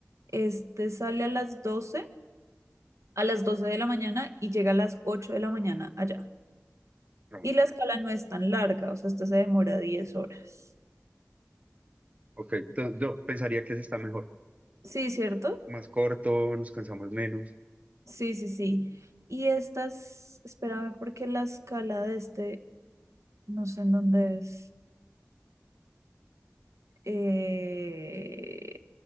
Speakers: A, on the right (about 75°); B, on the right (about 30°).
A: este sale a las doce a las doce de la mañana y llega a las 8 de la mañana allá.
B: No,
A: Y la escala no es tan larga, o sea, esta se demora diez horas.
B: Ok, entonces yo pensaría que ese está mejor,
A: Sí, ¿cierto?
B: más corto, nos cansamos menos.
A: Sí, sí, sí. Y estas, espérame, porque la escala de este, no sé en dónde es. Eh,